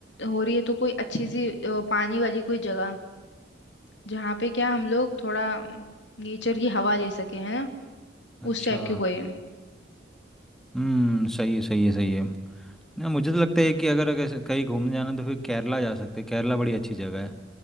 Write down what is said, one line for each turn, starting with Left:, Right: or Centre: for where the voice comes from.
Left: हो रही है तो कोई अच्छी सी अ, पानी वाली कोई जगह जहाँ पे क्या हम लोग थोड़ा नेचर की हवा ले सके है ना
Centre: अच्छा
Left: उस टाइप की कोई
Centre: हम्म सही है सही है सही है ना मुझे तो लगता है कि अगर अगर कहीं घूमने जाना है तो फिर केरला जा सकते हैं केरला बड़ी अच्छी जगह है